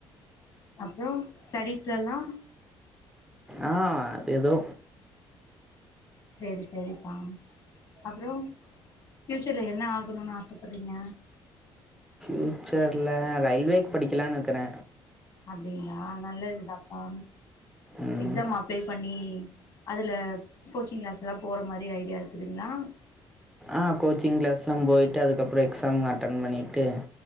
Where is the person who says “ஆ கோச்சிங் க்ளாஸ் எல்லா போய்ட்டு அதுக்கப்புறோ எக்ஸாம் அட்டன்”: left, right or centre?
Centre